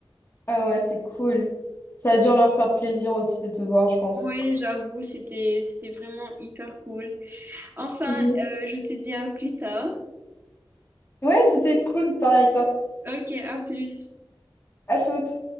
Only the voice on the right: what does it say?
Oui, j'avoue, c'était, c'était vraiment hyper cool. Enfin,
euh, je te dis à plus tard.
Ok, à plus.